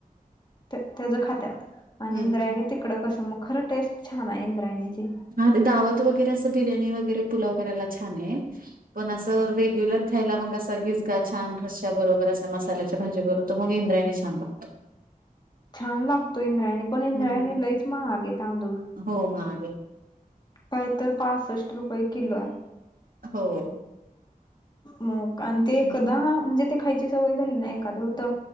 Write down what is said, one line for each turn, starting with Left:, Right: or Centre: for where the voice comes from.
Left: त्या त्यज खात्यात, आणि
Right: हम्म
Left: इंद्रायणीत तिकडे कसं, मग खरं टेस्ट छान आहे इंद्रायणीची.
Right: हा ते दावत वगैरे असं बिर्याणी वगैरे पुलाव करायला छानय. पण असा रेग्यलर खायला मग असा गिजका छान रशा बरोबर असं मसाल्याच्या भाजीबरोबर तो मग इंद्रायणी छान लागतो.
Left: छान लागतो इंद्रायणी पण इंद्रायणी
Right: हम्म.
Left: लयच महागय तांदूळ.
Right: हो महागय.
Left: काय तर पासष्ट रुपये किलोय.
Right: हो.
Left: मग, आणि ते एकदा
Right: हं.
Left: म्हणजे, ते खायची सवय झाली नाय एखादं हुतं,